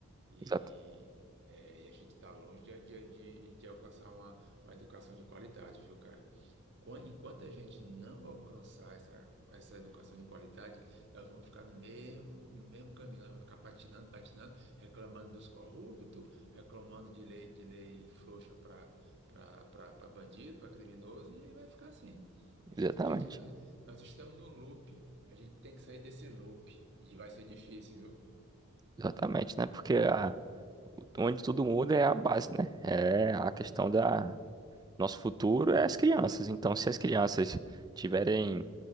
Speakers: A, on the right; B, on the right.
A: E,
B: exata-
A: é, e a gente está longe de, de, de, de alcançar uma, uma educação de qualidade, viu, cara? Enqu- Enquanto a gente não alcançar essa, essa educação de qualidade, nós vamos ficar no mesmo, no mesmo caminho, nós vamos ficar patinando, patinando, reclamando dos corruptos, reclamando de lei, de lei frouxa para para bandido, para criminoso, e aí vai ficar assim. A gente,
B: exatamente.
A: a gente, nós, nós estamos num loop, a gente tem que sair desse loop, e vai ser difícil, viu?
B: Exatamente, né? Porque a, onde tudo muda é a base, né? É a questão da nosso futuro é as crianças. Então, se as crianças tiverem